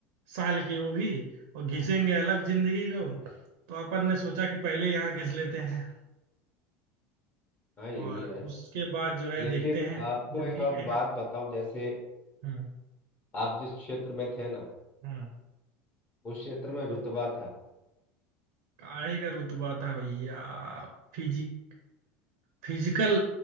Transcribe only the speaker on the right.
साल की वो भी और घिसेंगे अलग जिंदगी को तो अपन ने सोचा कि पहले यहाँ घिस लेते हैं
और
उसके बाद जो है
देखते हैं
जिंदगी
कहीं ना
हम्म
हम्म
काहे का रुतबा था भैया फिजिक फिजिकल